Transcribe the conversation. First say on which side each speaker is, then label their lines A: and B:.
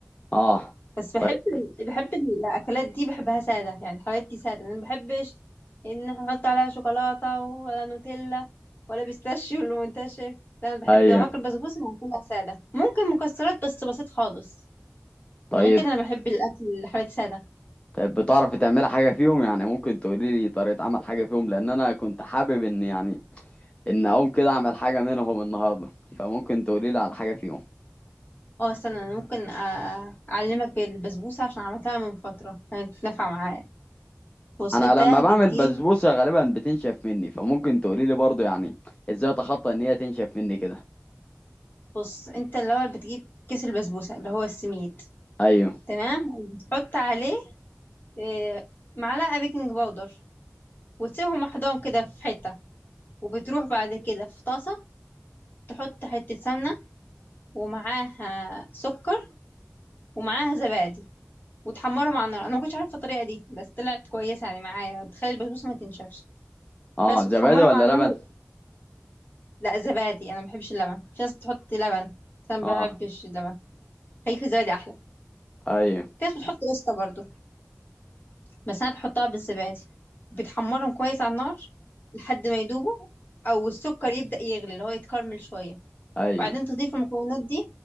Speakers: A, on the left (about 20°); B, on the left (about 40°).
A: اه
B: بس بحب
A: طيب
B: بحب الاكلات دي بحبها ساده يعني الحلويات دي ساده انا ما بحبش ان احنا نحط عليها شوكولاته ولا نوتيلا ولا بيستاشيو اللي منتشر لا انا بحب
A: ايوه
B: لو هاكل بسبوسه هاكلها ساده ممكن مكسرات بس بسيط خالص
A: طيب
B: غير كده انا بحب الاكل الحلويات ساده
A: طيب بتعرفي تعملي حاجه فيهم يعني ممكن تقولي لي طريقه عمل حاجه فيهم لان انا كنت حابب ان يعني ان اقوم كده اعمل حاجه منهم النهارده فممكن تقولي لي على حاجه فيهم
B: اه استنى انا ممكن آه، اعلمك بالبسبوسه عشان عملتها من فتره كانت نافعه معايا بص
A: انا
B: انت
A: لما بعمل
B: بتجيب
A: بسبوسه غالبا بتنشف مني فممكن تقولي لي برضه يعني ازاي اتخطى ان هي تنشف مني كده
B: بص انت الاول بتجيب كيس البسبوسه اللي هو السميد
A: ايوه
B: تمام وبتحط عليه آه، معلقه بيكنج باودر وتسيبهم محضان كده في حته وبتروح بعد كده في طاسه تحط حته سمنه ومعاها سكر ومعاها زبادي وتحمرهم على النار انا ما كنتش عارفه الطريقه دي بس طلعت كويسه يعني معايا بتخلي البسبوسه ما تنشفش
A: اه
B: بس
A: زبادي
B: وتحمرهم
A: ولا
B: على النار
A: لبن
B: لا زبادي انا ما بحبش اللبن في ناس بتحط لبن بس انا
A: اه
B: ما بحبش اللبن خليك في الزبادي احلى
A: ايوه
B: في ناس بتحط قشطه برضو بس انا بحطها بالزبادي بتحمرهم كويس على النار لحد ما يدوبوا او السكر يبدأ يغلي اللي هو يتكرمل شويه
A: ايوه
B: وبعدين تضيف المكونات دي